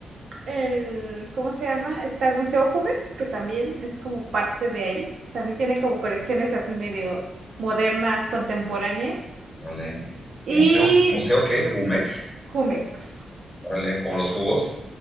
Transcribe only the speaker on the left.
Órale.
¿Museo, museo qué? ¿Jumex?
Órale, como los jugos.